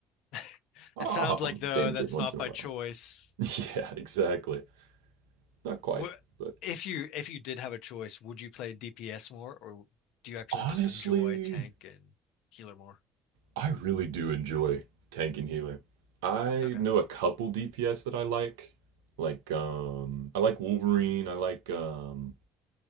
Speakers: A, on the left; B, on the right.
A: <laughs>
B: I'll
A: It sounds
B: hop
A: like
B: on
A: though
B: damage
A: that's
B: every once
A: not
B: in
A: by
B: a while.
A: choice.
B: <laughs> yeah, exactly. Not quite,
A: Wh-
B: but
A: If you if you did have a choice, would you play DPS more or do you actually
B: honestly,
A: just enjoy tank and healer more?
B: I really do enjoy tank and healer. I
A: Okay.
B: know a couple DPS that I like. Like um I like Wolverine, I like um